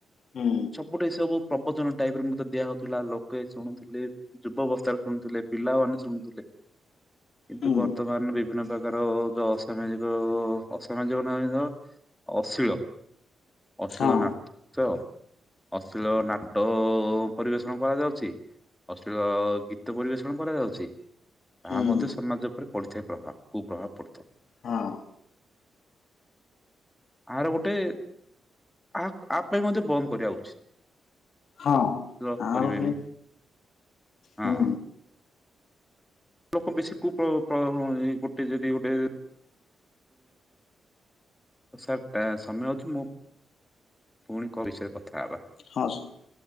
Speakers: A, on the left (about 60°); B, in the centre.
A: ହୁଁ।
B: ପ୍ରୋପୋର୍ଟୀ ସବୁ ପ୍ରପୂଜନ ଟାଇପ ର ଦିଆ ହଉଥିଲା ଲୋକେ ଶୁଣୁଥିଲେ ଯୁବବସ୍ଥାରେ ଶୁଣୁଥିଲେ ପିଲାମାନେ ଶୁଣୁଥିଲେ। କିନ୍ତୁ
A: ହୁଁ
B: ବର୍ତ୍ତମାନ ବିଭିନ୍ନ ପ୍ରକାର ଯ ଅସାମାଜିକ ଅସାମାଜିକ ନୁହେ ତ ଅଶିଳ। ଅଶୀଳ
A: ହଁ
B: ନା ଚ ଅଶ୍ଲୀଳ ନାଟ ଓ ପରିବେଷଣ କରାଯାଉଛି। ଅଶ୍ଳୀଳ ଗୀତ ପରିବେଷଣ କରାଯାଉଛି ତାହା
A: ହୁଁ
B: ମଧ୍ୟ ସମାଜ ଉପରେ ପଡିଥାଏ ପ୍ରଭାବ କୁ ପ୍ରଭାବ ପଡିଥାଏ।
A: ହଁ।
B: ଆର ଗୋଟେ ଆ ଆ ପାଇଁ ମଧ୍ୟ ବନ୍ଦ କରିବା ଉଚିତ।
A: ହଁ
B: ଲଭ କରିବେନି
A: ଆଉ ବି ହୁଁ
B: ହଁ। ଲୋକ ବେଶୀ କୁ ପ୍ର ପ୍ରଭାବ ନେଇ ଗୋଟେ ଯଦି ଗୋଟେ ସାର୍ ଟା ସମୟ ଅଛି ମୁଁ ପୁଣି କ ବିଷୟରେ କଥା ହେବା।
A: ହଁ ସାର୍